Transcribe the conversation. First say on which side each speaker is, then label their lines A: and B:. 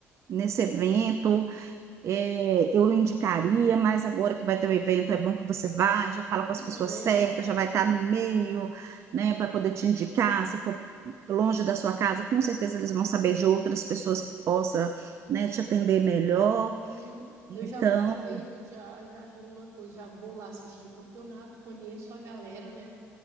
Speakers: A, on the right; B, on the right.
A: nesse evento, é, eu indicaria, mas agora que vai ter o evento, é bom que você vai, já fala com
B: Não,
A: as pessoas
B: eu
A: certas, já vai estar no meio, né, para poder te indicar, se for longe da sua casa, com certeza eles vão saber de outras pessoas que possa, né, te atender melhor.
B: Uhum.
A: Então,
B: Eu já aproveito, já já reúno a coisa, já vou lá assistir o campeonato, conheço a galera, né?